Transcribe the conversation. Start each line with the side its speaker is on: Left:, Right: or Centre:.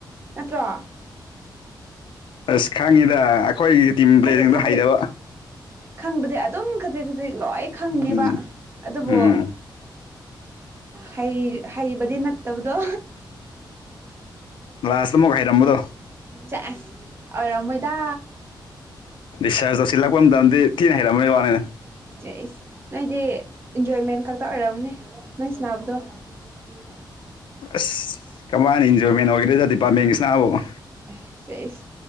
Right: ꯅꯠꯇ꯭ꯔꯣ
Left: ꯑꯁ ꯈꯪꯉꯤꯗ ꯑꯩꯈꯣꯏꯒꯤ ꯇꯤꯝ
Right: ꯈꯖꯤꯛ
Left: ꯄ꯭ꯂꯦꯁꯤꯡꯗꯣ
Right: ꯈꯖꯤꯛ
Left: ꯍꯩꯗꯕ
Right: ꯈꯪꯕꯗꯤ ꯑꯗꯨꯝ ꯈꯖꯤꯛ ꯈꯖꯤꯛ ꯂꯣꯏ ꯈꯪꯉꯦꯕ
Left: ꯎꯝ
Right: ꯑꯗꯨꯕꯨ
Left: ꯎꯝ
Right: ꯍꯩ ꯍꯩꯕꯗꯤ ꯅꯠꯇꯕꯗꯣ
Left: ꯂꯥꯁꯇ ꯑꯃꯨꯛ ꯍꯥꯏꯔꯝꯕꯗꯣ
Right: ꯆꯦꯁ ꯑꯣꯏꯔꯝꯃꯣꯏꯗꯥ
Left: ꯗꯤꯁꯆꯥꯔꯖ ꯇꯧꯁꯤꯜꯂꯛꯄ ꯃꯇꯝꯗꯗꯤ ꯊꯤꯅ ꯍꯩꯔꯝꯕꯩ ꯋꯥꯅꯤꯅꯦ
Right: ꯆꯦꯁ ꯅꯣꯏꯗꯤ ꯏꯟꯖꯣꯏꯃꯦꯟ ꯈꯛꯇ ꯑꯣꯏꯔꯝꯅꯦ ꯅꯣꯏ ꯁꯥꯅꯕꯗꯣ <unintelligible>
Left: ꯑꯁ ꯀꯃꯥꯏꯅ ꯏꯟꯖꯣꯏꯃꯦꯟ ꯑꯣꯏꯗꯦꯗ ꯗꯤꯄꯥꯔꯠꯃꯦꯟꯒꯤ ꯁꯥꯟꯅꯕꯕꯨ
Right: ꯑꯦ ꯁꯦꯁ